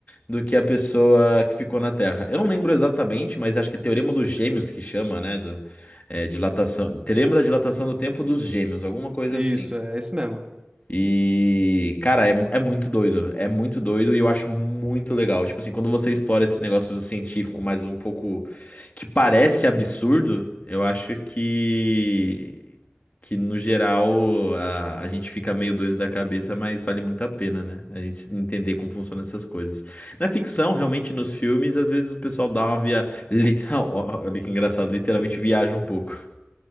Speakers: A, on the left (about 40°); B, on the right (about 20°).
A: do que a pessoa que ficou na Terra. Eu não lembro exatamente, mas acho que é Teorema dos Gêmeos que chama, né? Do, eh, dilatação, Teorema da dilatação do tempo dos gêmeos, alguma coisa
B: Isso,
A: assim.
B: é esse mesmo.
A: E, cara, é, é muito doido. É muito doido e eu acho muito legal. Tipo assim, quando você explora esse negócio científico mais um pouco que parece absurdo, eu acho que, que no geral, a, a gente fica meio doido da cabeça, mas vale muito a pena, né? A gente entender como funcionam essas coisas. Na ficção, realmente, nos filmes, às vezes o pessoal dá uma via. Literal... <laughs> Olha que engraçado, literalmente viaja um pouco.